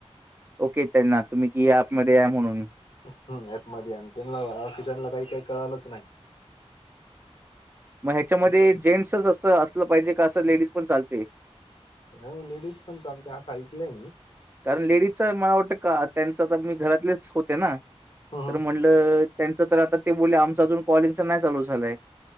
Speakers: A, on the right; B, on the left.
A: ओके त्यांना तुम्ही कि ॲप मध्ये या म्हणून
B: हम्म ऍप मध्ये आणि त्यांना किचनला काही काही कळालच नाही.
A: मग ह्याच्यामध्ये
B: असं
A: जेंट्सच असं असलं पाहिजे का असं लेडीज पण चालते.
B: ह लेडीज पण चालते असं ऐकलंय मी.
A: कारण लेडीजच मला वाटतं का त्यांच तर मी घरातलेच होते ना
B: ह ह
A: तर म्हंलं त्यांच तर आता ते बोल आमचं अजून कॉलिंग नाही चालू झालंय